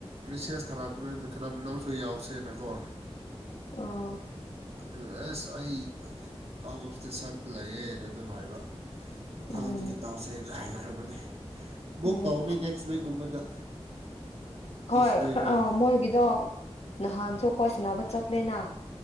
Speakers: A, on the right; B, on the left.
A: ꯃꯦꯁꯦꯖ ꯊꯥꯔꯛꯄꯅꯤꯅ ꯈꯤꯗꯥ ꯅꯪꯁꯨ ꯌꯥꯎꯁꯦꯅꯀꯣ
B: ꯑꯣ
A: ꯑꯗꯨ S I out of station ꯂꯩꯌꯦꯅ ꯑꯗꯨꯝ ꯍꯥꯏꯕ ꯃꯊꯪꯗꯒꯤ
B: ꯎꯝ
A: ꯇꯥꯎꯁꯩꯑꯅ ꯍꯩꯈ꯭ꯔꯕꯅꯤ ꯛ
B: ꯎꯝ
A: ꯇꯧꯅꯤ ꯅꯦꯛꯁ ꯋꯤꯛꯀꯨꯝꯕꯗ
B: ꯍ
A: ꯗꯤꯁ ꯋꯤꯛ ꯔꯥꯏ
B: ꯑ ꯃꯣꯏ ꯑꯗꯣ ꯅꯍꯥꯟꯁꯨ ꯑꯩꯈꯣꯏ ꯁꯅꯕ ꯆꯠꯂꯦꯅ